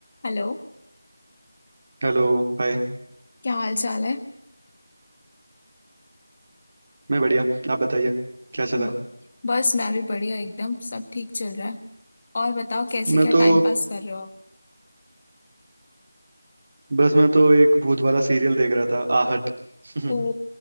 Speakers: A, on the left (about 20°); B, on the right (about 25°).
A: Hello
B: Hello Hi
A: क्या हाल चाल है
B: मैं बढ़िया आप बताइए क्या चला
A: ब-
B: है
A: बस मैं भी बढ़िया एकदम सब ठीक चल रहा है और बताओ कैसे
B: मैं
A: क्या
B: तो
A: टाइम पास कर रहे हो आप
B: बस मैं तो एक भूत वाला सीरियल देख रहा था आहट <laughs>
A: ओ